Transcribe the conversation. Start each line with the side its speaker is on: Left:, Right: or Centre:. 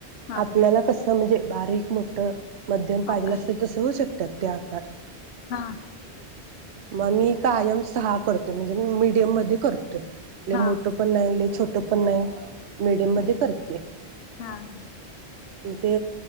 Left: हा
Right: आपल्याला कस असं म्हणजे बारीक मोठं मध्यम पाहिजलं
Left: आकार
Right: असेल तसं होऊ शकतात त्या आकार
Left: हा
Right: म मी
Left: तेच
Right: कायम सहा करते म्हणजे ते मी मीडियम मध्ये करतोय लय
Left: हा
Right: मोठ पण नाही छोट पन नाही मीडियम
Left: हा
Right: मध्ये करते
Left: हां
Right: ते